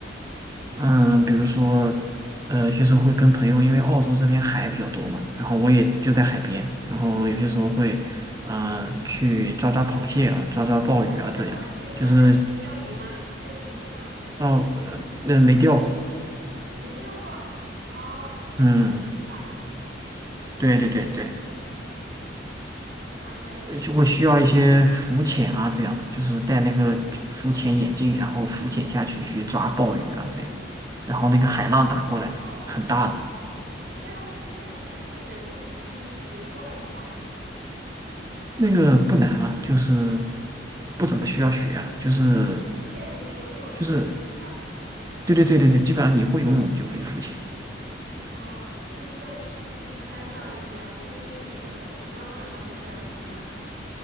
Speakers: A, on the right; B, on the right.
A: 嗯，比如说，呃，有些时候会跟朋友，因为澳洲这边海比较多嘛，然后我也就在海边，然后有些时候会，呃，去抓抓螃蟹啊，抓抓鲍鱼啊，
B: 哦抓螃蟹是吧？
A: 这样，就是
B: 那你会钓鱼吗？钓鱼会吗？
A: 哦，呃那、没钓过，
B: 没钓过。哦，就是抓螃蟹是吧？
A: 嗯，对对对对，
B: 蛮蛮有趣。
A: 呃就会需要一些浮潜啊这样的，就是戴那个浮潜眼镜，然后浮潜下去去抓鲍鱼啊这样，然后那个海浪打过来很大的。
B: 哦，哎，我就是哎，你那个浮潜呢，就是你本身就是已经学过了是吧？
A: 那个不难啊，就是不怎么需要学啊，就是
B: 只要你会游泳，
A: 就是
B: 你就可以是吧？
A: 对对对对对，基本上你会游泳你就可以浮潜，
B: 哦，就是需要就是穿上比较正规一点的服装，然后就这样子是吗？